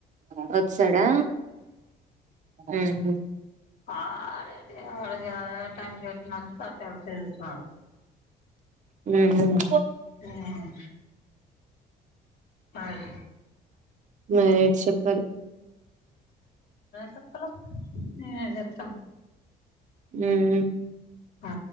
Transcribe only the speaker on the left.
ఆడడే ఆడ టైం చెత్ నచ్ అట్ తిరుగుతున్నాడు.
ఉమ్ అది
చెప్పలేం ఏం చెప్తాం
ఆ